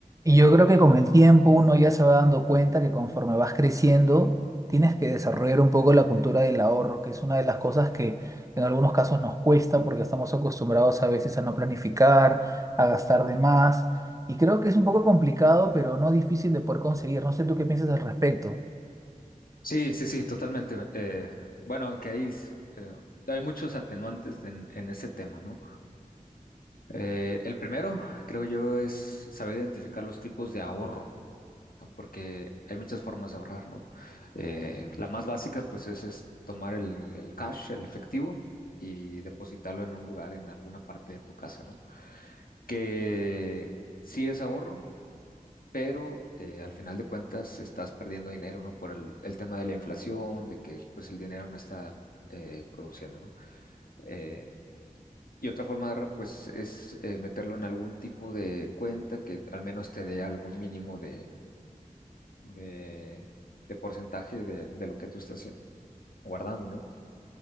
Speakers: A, on the right; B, on the left.
A: Y yo creo que con el tiempo uno ya se va dando cuenta que conforme vas creciendo, tienes que desarrollar un poco la cultura del ahorro, que es una de las cosas que en algunos casos nos cuesta porque estamos acostumbrados a veces a no planificar, a gastar de más. Y creo que es un poco complicado, pero no difícil de poder conseguir. No sé tú qué piensas al respecto.
B: Sí, sí, sí, totalmente. Eh, bueno, aunque hay, s- eh, hay muchos atenuantes en, en ese tema, ¿no? Eh, el primero, creo yo, es saber identificar los tipos de ahorro, ¿no? Porque hay muchas formas de ahorrar, ¿no? Eh, la más básica, pues, es, es tomar el, el cash, el efectivo, y depositarlo en un lugar, en alguna parte de tu casa, ¿no? Que sí es ahorro, pero eh, al final de cuentas estás perdiendo dinero, ¿no? Por el, el tema de la inflación, de que pues el dinero no está eh, produciendo, ¿no? Eh, y otra forma de ahorrar, pues, es eh, meterlo en algún tipo de cuenta que al menos te dé algún mínimo de, de, de porcentaje de, de lo que tú estás guardando, ¿no?